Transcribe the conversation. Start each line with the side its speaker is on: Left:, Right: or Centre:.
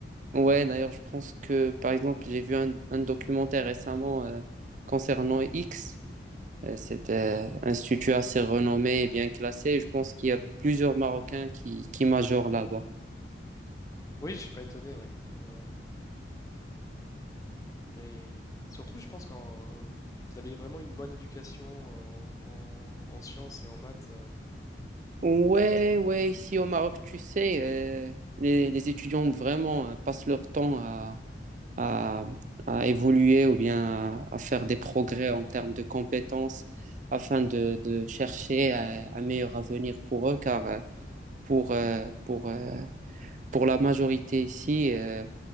Right: Ouais, d'ailleurs, je pense que, par exemple, j'ai vu un, un documentaire récemment euh, concernant X. Euh, C'est euh, un institut assez renommé et bien classé. Je pense qu'il y a plusieurs Marocains qui, qui majorent là-bas.
Left: Oui, je suis pas étonné. ouais. Euh, les... Surtout, je pense que vous avez vraiment une bonne éducation en, en- en sciences et en maths. euh,
Right: Ouais, ouais, ici au Maroc, tu sais, euh, les, les étudiants vraiment euh, passent leur temps à à, à évoluer ou bien à, à faire des progrès en termes de compétences afin de, de chercher euh, un meilleur avenir pour eux, car euh, pour, euh, pour, euh, pour la majorité ici, euh,